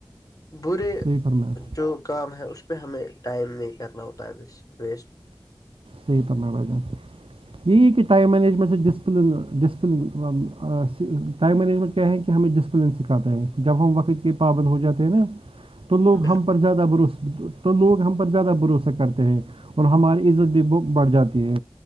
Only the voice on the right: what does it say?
صحیح پرنامپ
صحیح پم بجان یہ کہ ائم مینیجمینٹ سے ڈسپلن ڈسپلن ٹائم مینجمنٹ کیا ہے کہ ہمیں ڈسپلین سکھاتا ہے جب ہم وقت کے پابند ہو جاتے نا تو لوگ
ہم پر زیادہ بھروس تو لوگ ہم پر زیادہ بھروسہ کرتے ہیں اور ہماری عزت بھی ب بڑھ جاتی ہے